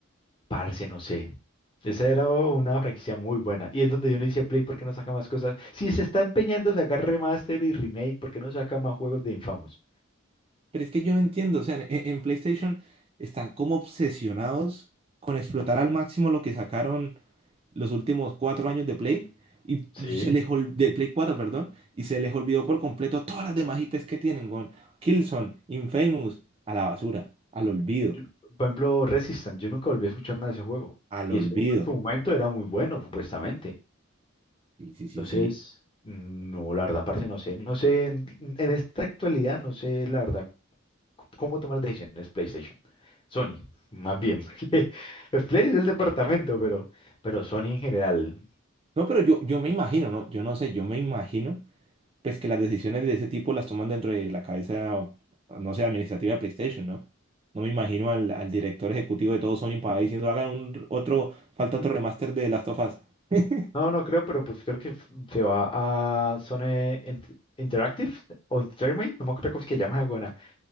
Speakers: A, on the left (about 25°); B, on the right (about 25°).
A: parce, no sé. Esa era una franquicia muy buena. Y es donde yo no hice Play porque no saca más cosas. Si se está empeñando a sacar remaster y remake, ¿por qué no saca más juegos de Infamous?
B: Pero es que yo no entiendo, o sea, en, en PlayStation están como obsesionados con explotar al máximo lo que sacaron los últimos cuatro años de Play y
A: Sí.
B: se les ol- de Play cuatro perdón, y se les olvidó por completo todas las demás IPs que tienen, con Killzone, Infamous, a la basura, al olvido,
A: Yo- Por ejemplo, Resistance. Yo nunca volví a escuchar nada de ese juego.
B: al
A: Y
B: olvido.
A: eso en su momento era muy bueno, supuestamente.
B: Sí, sí, sí,
A: Entonces,
B: sí.
A: no, la verdad, parce, no sé. No sé, en, en esta actualidad, no sé, la verdad, c- cómo tomar las decisiones PlayStation. Sony, más bien, porque <laughs> Play es el departamento, pero, pero Sony en general.
B: No, pero yo, yo me imagino, ¿no? Yo no sé, yo me imagino, pues que las decisiones de ese tipo las toman dentro de la cabeza, no sé, administrativa de PlayStation, ¿no? No me imagino al, al director ejecutivo de todo Sony para ahí diciendo, hagan un, otro, falta
A: Ujú.
B: otro remaster de Last of Us. <laughs>
A: No, no creo, pero pues creo que f- se va a Sony Int- Interactive o Entertainment, no me acuerdo cómo es que llamas alguna.